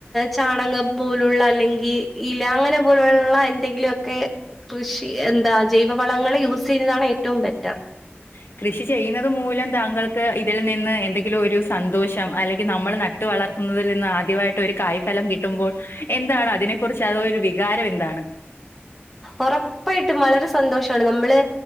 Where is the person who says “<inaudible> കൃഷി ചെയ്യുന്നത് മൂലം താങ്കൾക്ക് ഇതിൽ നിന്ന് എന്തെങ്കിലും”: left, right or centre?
Left